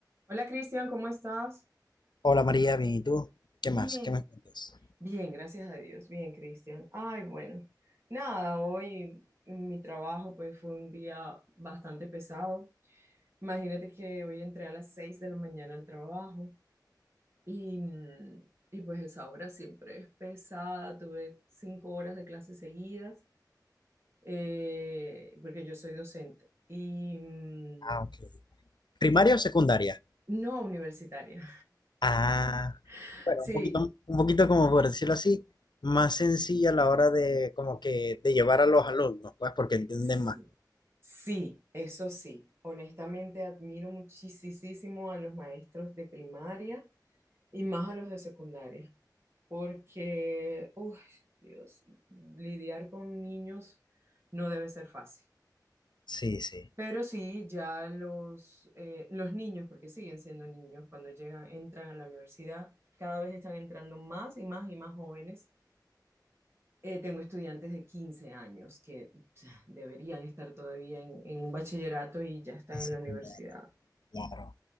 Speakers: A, on the right (about 35°); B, on the left (about 80°).
A: Hola Cristian, ¿cómo estás?
B: Hola María, bien, ¿y tú? ¿Qué
A: Bien,
B: más? ¿Qué me cuentas?
A: Bien, gracias a Dios, bien Cristian. Ay, bueno, nada, hoy mi trabajo pues fue un día bastante pesado. Imagínate que hoy entré a las 6 de la mañana al trabajo y, mm, y pues esa hora siempre es pesada. Tuve cinco horas de clases seguidas eh, porque yo soy docente y mm,
B: Ah, ok. ¿Primaria o secundaria?
A: no universitaria.
B: Ah,
A: <laughs>
B: bueno, un poquito,
A: Sí,
B: un poquito como por decirlo así, más sencilla a la hora de como que de llevar a los alumnos, pues porque entienden
A: Sí,
B: más.
A: sí, eso sí. Honestamente admiro muchísimo a los maestros de primaria y más a los de secundaria, porque, uy, Dios, lidiar con niños no debe ser fácil.
B: Sí, sí.
A: Pero sí, ya los, eh, los niños, porque siguen siendo niños cuando llegan, entran a la universidad, cada vez están entrando más y más y más jóvenes. Eh, tengo estudiantes de 15 años que <tsk> deberían estar todavía en, en un bachillerato y ya están
B: En secundaria,
A: en la universidad.
B: claro.